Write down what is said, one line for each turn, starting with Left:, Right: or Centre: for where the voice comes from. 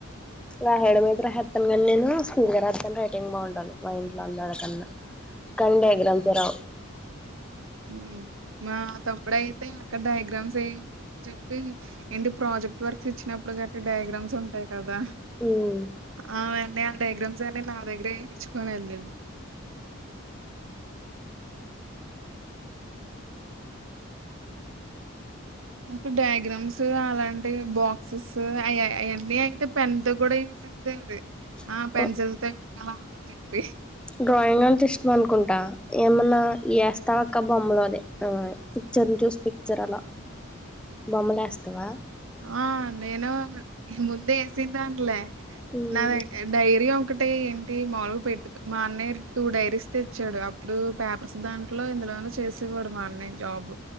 Centre: రాయడం మీతే రాహేతాను కానీ నేను స్కూల్ దగరడతాను రైటింగ్ బాగుండాలి మా ఇంట్లో అందరి అకన్నా కానీ డైగ్రాంసే రావ్
Right: ఉ మా తమ్ముడు అయితే అక్కడ డయాగ్రామ్స్ ఏ అని చెప్పి ఏంటి ప్రాజెక్ట్ వర్క్స్ ఇచ్చినప్పుడు డుట్టి డయాగ్రామ్స్ ఉంటాయి కదా
Centre: ఉమ్
Right: అవునండి డయాగ్రామ్స్ అన్ని నా దగ్గరే ఏపిచ్చుకొని వెళ్ళి ఉ కు డయాగ్రామ్స్ అలాంటి బాక్సెస్ అయ్ అయన్నీ అయితే పెన్ తో కూడా ది ఆ
Centre: ఉహు
Right: పెన్సిల్ తో అలాని చెప్పి
Centre: డ్రాయింగ్ అంటే ఇష్టం అనుకుంటా ఏమన్నా తోక బొమ్మలు అదే ఆ పిక్చర్ చూసి పిక్చర్ అలా బొమ్మలేస్తవా.
Right: ఆహ్ నేను ముందే వేసుంటానులే
Centre: ఉమ్
Right: నాది డైరీ ఒక. ఒకటే ఏంటి మాముల్గు పెట్టు మా అన్నయ్య టూ డైరీస్ తెచ్చాడు అప్పుడు పేపర్స్ దాంట్లో ఇందులో. దాన్ని చేసి ఇవ్వడు మా అన్నయ్య జాబ్